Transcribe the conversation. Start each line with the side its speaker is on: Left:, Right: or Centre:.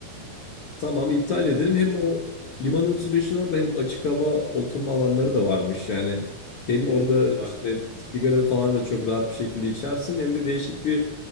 Left: Tamam iptal
Right: Ön,
Left: edelim. Hem o Liman 35'in orada hem açık hava oturma alanları da varmış. Yani hem
Right: evet
Left: orada
Right: evet
Left: işte
Right: var.
Left: sigara falan da çok rahat bir şekilde içersin. Hem de değişik bir